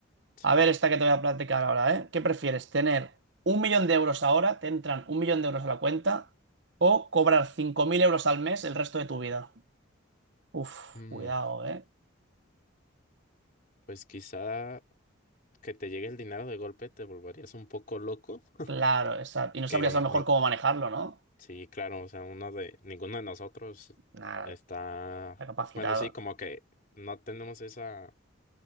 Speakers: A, on the left; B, on the right.
A: Sí.
B: A ver, esta que te voy a platicar ahora, ¿eh? ¿Qué prefieres? ¿Tener un millón de euros ahora, te entran un millón de euros a la cuenta, o cobrar 5.000 euros al mes el resto de tu vida? Uf,
A: Mm,
B: cuidado, ¿eh?
A: pues quizá que te llegue el dinero de golpe te volverías un poco loco. <laughs>
B: Claro, esa- y no sabrías
A: Que digo, nin-
B: a lo mejor cómo manejarlo, ¿no?
A: Sí, claro, o sea, uno de, ninguno de nosotros
B: Nada,
A: está,
B: está capacitado.
A: bueno, sí, como que no tenemos esa,